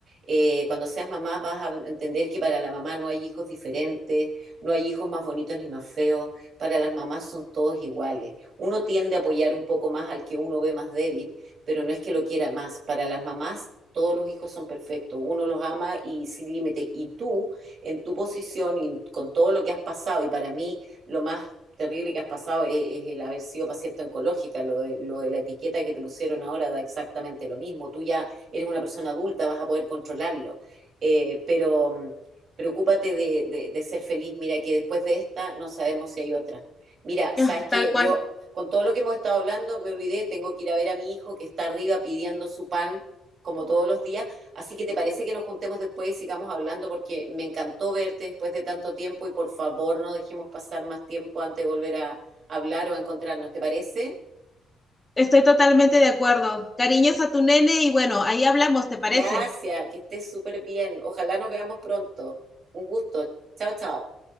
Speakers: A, on the right (about 55°); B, on the left (about 20°).
A: Eh, cuando seas mamá vas a entender que para la mamá no hay hijos diferentes, no hay hijos más bonitos ni más feos, para las mamás son todos iguales. Uno tiende a apoyar un poco más al que uno ve más débil, pero no es que lo quiera más. Para las mamás todos los hijos son perfectos, uno los ama y sin límite. Y tú, en tu posición y con todo lo que has pasado, y para mí lo más terrible que has pasado es, es el haber sido paciente oncológica, lo de, lo de la etiqueta que te pusieron ahora da exactamente lo mismo, tú ya eres una persona adulta, vas a poder controlarlo, eh, pero mm, preocúpate de, de, de ser feliz, mira que después de esta no sabemos si hay otra. Mira, sabes
B: Ya,
A: que
B: tal cual.
A: yo con todo lo que hemos estado hablando, me olvidé, tengo que ir a ver a mi hijo que está arriba pidiendo su pan como todos los días, Así que te parece que nos juntemos después y sigamos hablando porque me encantó verte después de tanto tiempo y por favor no dejemos pasar más tiempo antes de volver a hablar o a encontrarnos. ¿Te parece?
B: Estoy totalmente de acuerdo. Cariños a tu nene y bueno, ahí hablamos, ¿te parece?
A: Gracias, que estés súper bien. Ojalá nos veamos pronto. Un gusto. Chao, chao.